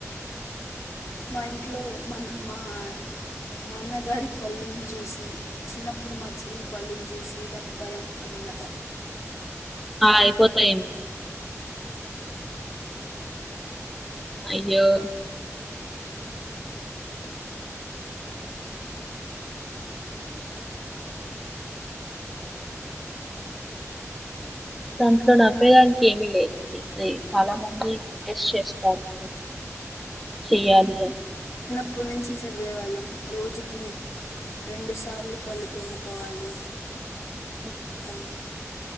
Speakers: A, on the left; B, in the centre.
A: మా ఇంట్లో మన మాహా నాన్నగారి పళ్ళలను చూసి చిన్నప్పుడు మా చెల్లి పళ్ళని చూసి నాకు భయం అంత అంగట
B: అయిపోతాయి అయ్యో దాంట్లో నవ్వేదానికి ఏమీ లేదండి అది చాలా మంది సజెస్ట్ చేస్తారు కదా చేయ్యాలీగా
A: అప్పుటి నుంచి చదివేవాళ్ళం రోజుకి రెండు సార్లు పళ్ళు తోముకోవాలి
B: ఉ
A: అని